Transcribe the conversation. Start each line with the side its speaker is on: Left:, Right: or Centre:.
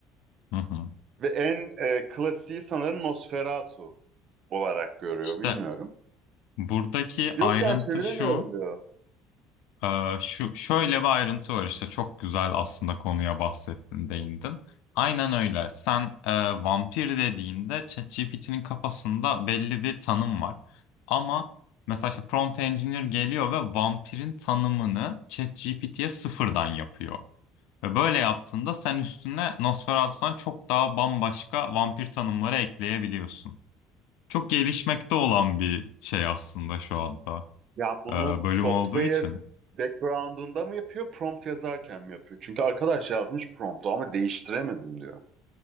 Left: Hı hı.
Right: Ve en e, klasiği sanırım Nosferatu olarak görüyor
Left: İşte
Right: bilmiyorum.
Left: Buradaki
Right: Yok
Left: ayrıntı
Right: ya çeviremiyorum
Left: şu,
Right: diyor.
Left: e, şu şöyle bir ayrıntı var işte çok güzel aslında konuya bahsettin, değindin. Aynen öyle. Sen e, vampir dediğinde ChatGPT'nin kafasında belli bir tanım var. Ama mesela işte prompt engineer geliyor ve vampirin tanımını ChatGPT'ye sıfırdan yapıyor. Ve böyle yaptığında sen üstüne Nosferatu'dan çok daha bambaşka vampir tanımları ekleyebiliyorsun. Çok gelişmekte olan bir şey aslında şu anda
Right: Ya bunu
Left: e, bölüm
Right: software
Left: olduğu için.
Right: background'unda mı yapıyor, prompt yazarken mi yapıyor? Çünkü arkadaş yazmış promptu ama değiştiremedim diyor.